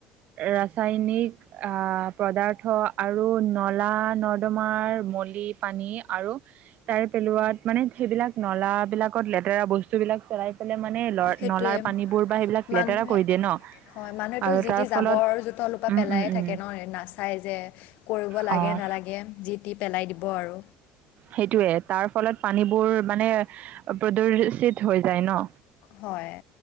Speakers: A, on the right (about 60°); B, on the left (about 70°).
A: ৰাসায়নিক আ পদাৰ্থ আৰু নলা নৰ্দমাৰ মলি, পানী আৰু তাৰে পেলোৱাত মানে সেইবিলাক নলাবিলাকত লেতেৰা বস্তু বিলাক পেলাই পেলাই মানে ল-নলাৰ
B: সেইটোৱে
A: পানীবোৰ বা সেইবিলাক
B: মানুহে
A: লেতেৰা কৰি দিয়ে ন।
B: হয়, মানে
A: আৰু
B: তোৰ যি
A: তাৰ
B: টি জাবৰ
A: ফলত
B: জোথৰ সোপা
A: উম
B: পেলাইয়ে
A: উম
B: থাকে
A: উম
B: ন, নাচাই যে কৰিব
A: অ',
B: লাগে নালাগে, যি টি পেলাই দিব আৰু।
A: সেইটোৱেই, তাৰ ফলত পানীবোৰ মানে প্ৰদূষিত হৈ যায় ন।
B: হয়,